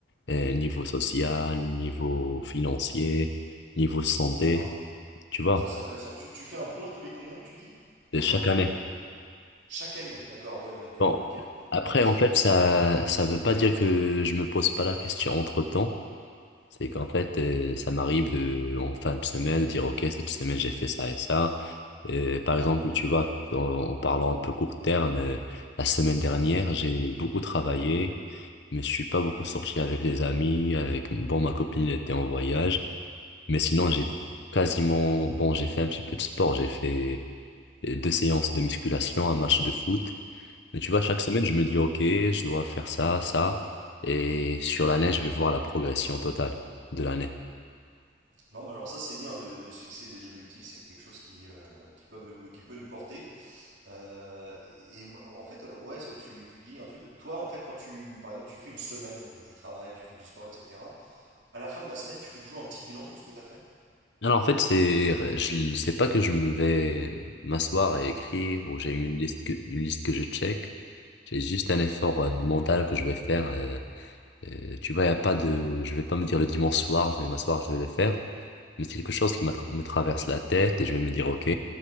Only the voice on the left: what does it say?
euh, niveau social, niveau financier, niveau santé,
tu vois,
de
chaque
année.
Bon,
après,
en fait,
ça
ça veut pas dire que je me pose pas la question entre-temps. C'est
qu'en fait, euh, ça m'arrive de, en fin de semaine, de dire, OK, cette semaine, j'ai fait ça et ça. Euh, par exemple,
tu vois, en, en parlant un peu court terme, euh, la semaine dernière, j'ai beaucoup travaillé, mais je suis pas beaucoup sorti avec les amis, avec, bon, ma copine était en voyage, mais sinon, j'ai quasiment, bon, j'ai fait un petit peu de sport, j'ai fait euh, deux séances de musculation, un match de foot. Mais tu vois, chaque
semaine, je me dis, OK, je dois faire ça, ça. Et sur l'année, je vais voir la progression totale de l'année.
Alors, en fait, c'est, je sais pas que je me vais m'asseoir et écrire ou j'ai une liste que, une liste que je check. J'ai juste un effort
euh, mental que je vais faire. euh, euh, tu vois, y a pas de, je vais pas me dire le dimanche soir, je vais m'asseoir, je vais le faire. Mais c'est quelque chose qui
m'a- me traverse la tête et je vais me dire, OK,